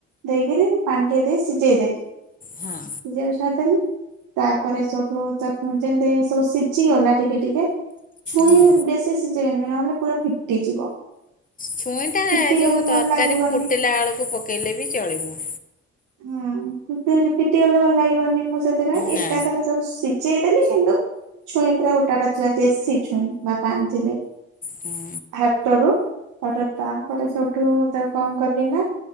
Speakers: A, on the right; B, on the left.
A: ଦେଇକିରି ପାଣି ଟିକେ ଦେଇକି ସିଜେଇଦେ।
B: ହଁ।
A: ଯ ସାରିଦେଲି ତାପରେ ସେଉଠୁ। ତାକୁ ଯେନ୍ତି ସବୁ ସିଝି ଗଲା ଟିକେ ଟିକେ ଛୁଇଁ
B: ହୁଁ।
A: ବେଶି ସିଜେଇବେନି ନହଲେ ପୁରା ଫିଟିଯିବ।
B: ଛୁଇଁ ଟା
A: ଫିଟି ଗଲେ
B: ଯୋଉ ତରକାରୀ
A: ଭଲ ଲାଗିବନି।
B: ଫୁଟିଲା ବେଳକୁ ପକେଇଲେ ବି ଚଳିବ।
A: ହୁଁ ତରକାରୀ ଫିଟି ଗଲେ ଭଲ ଲାଗିବନି। ମୁଁ ସେଥିପାଇଁ
B: ନା
A: ଏକାଥରେ ସବୁ ସି ଚେଇ ଦେଲେ କିନ୍ତୁ ଛୁଇଁ ପୁରା ଗୋଟା ଗୋଟା ଥିଲା। ଦେଶୀ ଛୁଇଁ ବାପା ଆଣିଥିଲେ।
B: ହୁଁ
A: ହାଟରୁ ତାପରେ ସେଠୁ ତାକୁ କଣ କଲି ନା